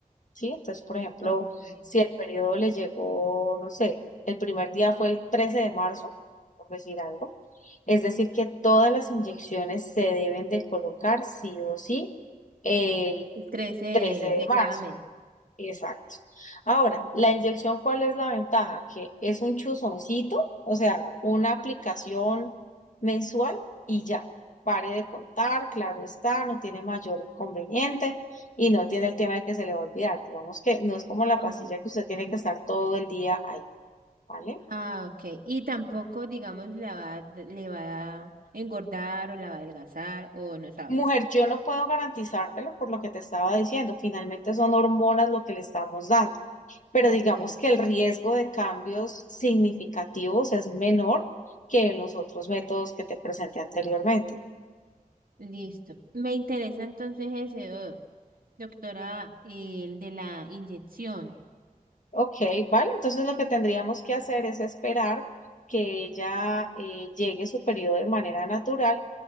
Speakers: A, on the left; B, on the right.
A: ¿sí? Entonces, por ejemplo,
B: Ok.
A: si el periodo le llegó, no sé, el primer día fue el 13 de marzo, por decir algo, es decir, que todas las inyecciones se deben de colocar sí o sí el
B: Pues Crece de,
A: 13 de
B: de
A: marzo.
B: cada mes.
A: Exacto. Ahora,
B: Ah,
A: la inyección, ¿cuál es la ventaja? Que es un chuzoncito, o sea, una aplicación mensual y ya. Pare de contar, claro está, no tiene mayor conveniente y no tiene el tema de que se le va a olvidar. Digamos que no es como la
B: ah
A: pastilla que usted tiene que estar todo el día ahí, ¿vale?
B: Ah, ok. Y tampoco, digamos, la va, a d- le va a engordar o la va a adelgazar o no sabes.
A: Mujer, yo no puedo garantizártelo por lo que te estaba diciendo. Finalmente son hormonas lo que le estamos dando. pero
B: Ok,
A: digamos que el riesgo de cambios significativos es menor que en los otros métodos que te presenté anteriormente.
B: listo. Me interesa entonces ese, do- doctora, el de la inyección.
A: Ok, vale, entonces lo que tendríamos que hacer es esperar que ella eh, llegue su periodo de manera natural